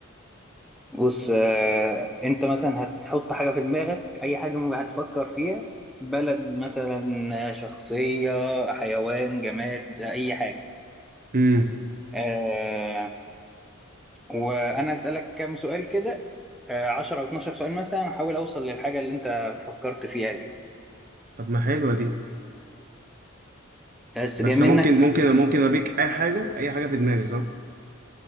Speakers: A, in the centre; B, on the right.
A: بص آه، انت مثلا هتحط حاجه في دماغك اي حاجه م- هتفكر فيها بلد مثلا شخصيه حيوان جماد اي حاجه
B: امم
A: آه، وانا اسالك كام سؤال كده آه، 10 او 12 سؤال مثلا احاول اوصل للحاجه اللي انت فكرت فيها دي
B: طب ما حلوة دي
A: بس
B: بس
A: جاي منك
B: ممكن ممكن ممكن ابيك اي حاجة اي حاجة في دماغي صح